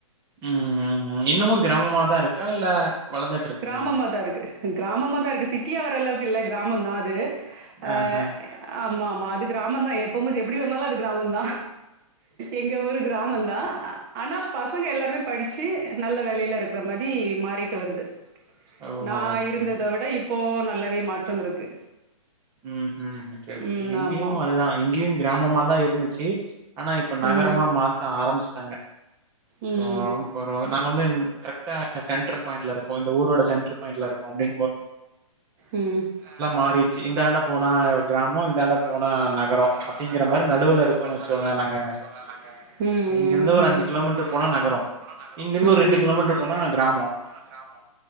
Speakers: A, on the right (about 20°); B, on the right (about 35°).
A: ம். இன்னமும் கிராமமா தான் இருக்கா? இல்ல வளர்ந்துட்டு இருக்குங்களா?
B: கிராமமாதான் இருக்கு கிராமமா தான் இருக்கு சிட்டியா வர அளவுக்கு இல்ல கிராமம் தான் அது ஆ
A: ஆஹ.
B: ஆமா ஆமா அது கிராமம் தா எப்ப முஞ்சு எப்டி வந்தாலு அது கிராமோந் தா எங்க ஊரு கிராமொ தா ஆனா பசங்க எல்லாருமே படிச்சு நல்ல வேலையில இருக்குற மாரி மாறிட்டு வருது
A: ஓஹோ!
B: நா
A: ஓகே.
B: இருந்தத விட இப்போ நல்லாவே மாற்றம் இருக்கு
A: ம் ம் ஓகே ஓகே
B: ம்
A: இங்கேயு
B: ஆமா
A: அதுதா இங்கேயு கிராமமாதா இருந்துச்சு ஆனா இப்ப நகரமா
B: ம்
A: மாத்த ஆரம்பிச்சுட்டாங்க
B: ம்
A: போறோ இப்போ ஒரு நாங்க வந்து கரெக்டா சென்டர் பாயிண்ட்ல இருக்கு இந்த ஊரோட சென்டர் பாயிண்ட்ல இருக்கோ அப்டி
B: ம்
A: மாறிடுச்சு.
B: எல்லாம்
A: இந்தாண்ட
B: மாறிடுச்சு
A: போனா
B: இந்தாண்ட
A: கிராமம்,
B: போனா
A: இந்தாண்ட
B: கிராமோ
A: போனா
B: இந்தாண்ட
A: நகரம்.
B: போனா
A: அப்படிங்கிற
B: நகரோ
A: மாரி நடுவுல
B: அப்டிங்கிற
A: இருக்கோம்னு
B: மாரி
A: வச்சுக்கோங்களேன்
B: நடுவுல இருக்கனு
A: நாங்க.
B: போங்க நாங்க இங்க
A: இங்கிருந்து ஒரு கிலோமீட்டர்
B: இருந்து ஒரு
A: போனா
B: அஞ்சு
A: நகரம்.
B: கிலோமீட்டர் போனா நகரொ
A: இங்கிருந்து
B: இங்க
A: ஒரு கிலோமீட்டர்
B: இருந்து
A: போனா
B: ஒரு ரெண்டு கிலோமீட்டர்
A: கிராமம்.
B: போனா அ கிராமொ